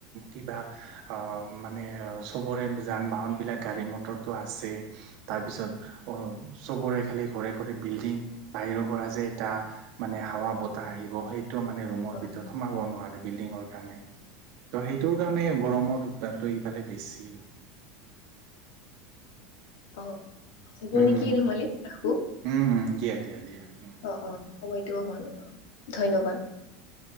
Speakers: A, on the right; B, on the left.
A: কিবা- অঁহ মানে চবৰে যান বাহন বিলাক গাড়ী মটৰটো আছেই। তাৰপিছত চবৰে খালি ঘৰে ঘৰে বিল্ডিং, বাহিৰৰ পৰা যে এটা- মানে হাৱা
B: হয়
A: বতাহ আহিব সেই- টো মানে ৰুমৰ
B: হয়
A: ভিতৰত সোমাব নোৱাৰে বিল্ডিঙৰ কাৰণে ত' সেইটোৰ কাৰণে
B: হয়
A: গৰমৰ- তাটো এইফালে বেছি।
B: অ' হ'ব
A: উম
B: নেকি নহলে ৰাখো।
A: উম উম' দিয়া দিয়া দিয়া, উম'।
B: অ অ' সময়টোও হ'ল অঁ, ধন্যবাদ।